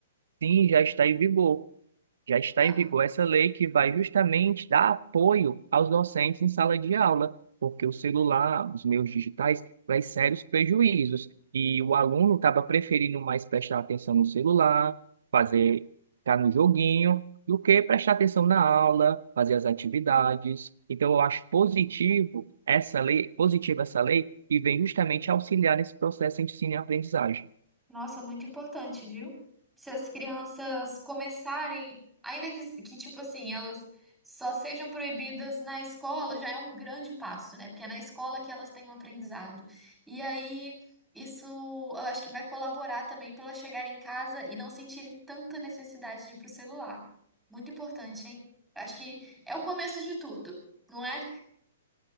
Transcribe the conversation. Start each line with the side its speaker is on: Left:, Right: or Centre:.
Right: Sim, já está em vigor. Já está
Centre: Ah,
Right: em vigor essa lei que vai justamente dar apoio aos docentes em sala de aula, porque o celular, os meios digitais, traz sérios prejuízos. E o aluno estava preferindo mais prestar atenção no celular, fazer, estar no joguinho, do que prestar atenção na aula, fazer as atividades. Então, eu acho positivo essa lei, positiva essa lei, e vem justamente auxiliar nesse processo de ensino e aprendizagem.
Centre: Nossa, muito importante, viu? Se as crianças começarem, ainda que, que tipo assim, elas só sejam proibidas na escola, já é um grande passo, né? Porque é na escola que elas têm um aprendizado. E aí, isso eu acho que vai colaborar também para elas chegarem em casa e não sentirem tanta necessidade de ir pro celular. Muito importante, hein? Acho que é o começo de tudo, não é?